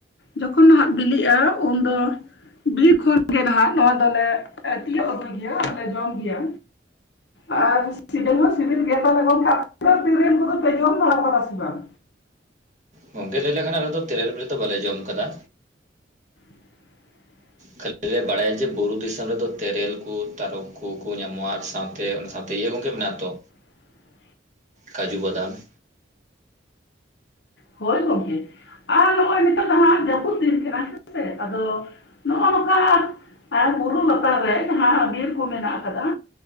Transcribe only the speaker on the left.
ᱡᱚᱠᱷᱚᱱ ᱱᱷᱟᱸᱜ ᱵᱤᱞᱤᱜᱼᱟ ᱩᱱᱫᱚ ᱵᱤᱨ ᱠᱷᱚᱱ ᱜᱮ ᱱᱷᱟᱸᱜ ᱱᱚᱣᱟ ᱫᱚᱞᱮ ᱮᱸ ᱛᱤᱭᱳᱜ ᱟᱹᱜᱩᱭ ᱜᱮᱭᱟ ᱟᱨ ᱞᱮ ᱡᱚᱢ ᱜᱮᱭᱟ᱾ ᱟᱨ ᱥᱤᱵᱤᱞ ᱢᱟ ᱥᱤᱵᱤᱞ ᱜᱮ ᱛᱟᱦᱚᱞᱮ ᱜᱚᱝ <unintelligible> ᱟᱯᱮ ᱫᱚ ᱛᱤᱨᱤᱞ ᱠᱚᱫᱚ ᱯᱮ ᱡᱚᱢ ᱫᱷᱟᱣ ᱠᱟᱫᱟ ᱥᱮ ᱵᱟᱝ?
<inaudible>
<inaudible>
ᱦᱳᱭ ᱜᱚᱝᱠᱮ᱾ ᱟᱨ ᱱᱚᱜᱼᱚᱭ ᱱᱤᱛᱚᱜ ᱫᱚ ᱦᱟᱸᱜ ᱡᱟᱹᱯᱩᱫ ᱫᱤᱱ ᱠᱟᱱᱟ ᱦᱮᱸ ᱥᱮ ᱟᱫᱚ ᱱᱚᱜᱼᱚᱼᱱᱚᱸᱠᱟ ᱱᱷᱟᱸᱜ ᱟᱨ ᱵᱩᱨᱩ ᱞᱟᱛᱟᱨ ᱨᱮ ᱡᱟᱦᱟᱸ ᱵᱤᱨ ᱠᱚ ᱢᱮᱱᱟᱜ ᱟᱠᱟᱫᱟ